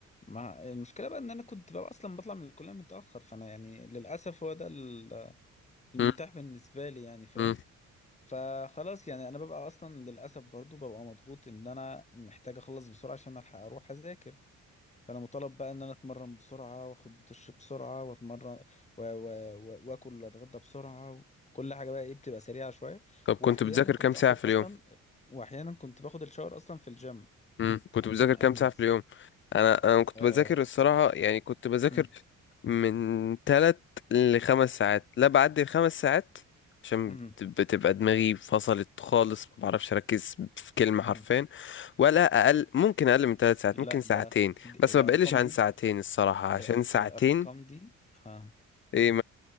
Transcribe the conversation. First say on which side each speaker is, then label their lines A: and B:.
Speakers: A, on the left; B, on the left.
A: ما المشكله بقى ان انا كنت بقى اصلا بطلع من الكليه متاخر فانا يعني للاسف هو ده ال- المتاح
B: م-
A: بالنسبه لي يعني فاهم
B: م.
A: فخلاص يعني انا ببقى اصلا للاسف برضو ببقى مضغوط ان انا محتاج اخلص بسرعه عشان الحق اروح اذاكر فانا مطالب بقى ان انا اتمرن بسرعه واخد دش بسرعه واتمرن و... و... و... واكل واتغدى بسرعه كل حاجه بقى ايه بتبقى سريعه شويه
B: طب كنت
A: واحيانا
B: بتذاكر
A: كنت
B: كام ساعة
A: اخد
B: في
A: اصلا
B: اليوم
A: واحيانا كنت باخد الشاور اصلا في الجيم
B: مم. كنت
A: علشان
B: بذاكر كام
A: انجز
B: ساعة في اليوم انا انا كنت
A: آه...
B: بذاكر الصراحة يعني كنت بذاكر
A: مم،
B: من تلات لخمس ساعات لا بعدي الخمس ساعات عشان
A: مم،
B: بت- بتبقى دماغي فصلت خالص ما بعرفش اركز في كلمة
A: مم.
B: حرفين ولا اقل ممكن اقل من تلات ساعات
A: لا
B: ممكن ساعتين
A: ده دي...
B: بس
A: الارقام
B: ما بقلش عن
A: دي
B: ساعتين الصراحة عشان
A: ال-
B: ساعتين
A: الارقام دي آه.
B: ايه